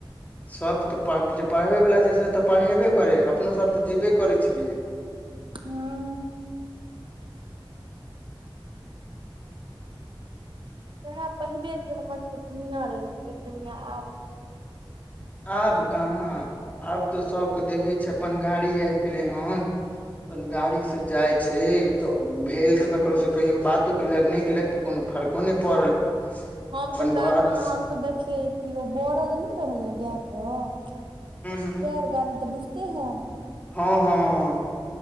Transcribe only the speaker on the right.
<unintelligible> सैहाँ पहिले जे हमर सब केँ दुनियाँ रहे से दुनियाँ आब नै
<inaudible> हमसभ
गाड़ी
हमसब
देखियै कि बरद नै रहैय गाय केँ <inaudible>
टेरगाड़ी तऽ बुइझते हैब